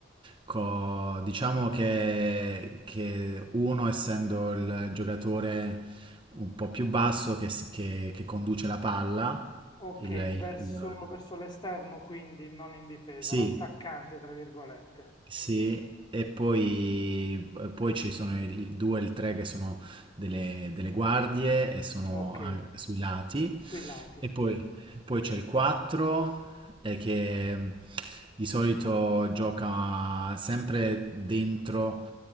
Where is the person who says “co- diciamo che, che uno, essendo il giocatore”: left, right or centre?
Right